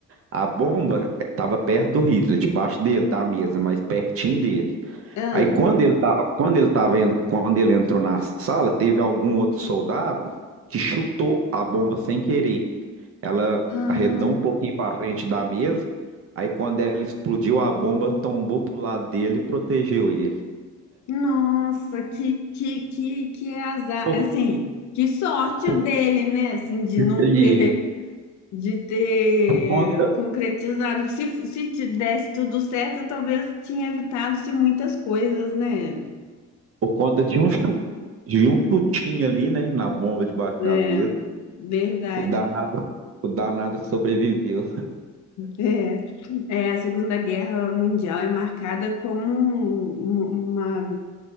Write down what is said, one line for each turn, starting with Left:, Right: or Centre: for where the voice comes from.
Right: a bomba estava perto do Hitler, debaixo dele, da mesa, mas pertinho dele.
Left: hum.
Right: Aí quando ele tava, quando ele tava, en- quando ele entrou na sala, teve algum outro soldado que chutou a bomba sem querer. Ela
Left: Ah,
Right: arredou um pouquinho para frente da mesa. Aí quando ela explodiu, a bomba tombou pro lado dele e protegeu ele.
Left: nossa, que, que, que, que azar,
Right: Por,
Left: assim, que sorte
Right: por,
Left: dele, né? Assim, de não
Right: e
Left: ter, de ter
Right: por conta,
Left: concretizado. Se, se te desse tudo certo, talvez tinha evitado-se muitas coisas, né?
Right: por conta de um chu- de um chutinho ali, né, na bomba debaixo
Left: É,
Right: da mesa.
Left: verdade.
Right: O danado, o danado sobreviveu.
Left: É, é, a Segunda Guerra Mundial é marcada como um- um- uma,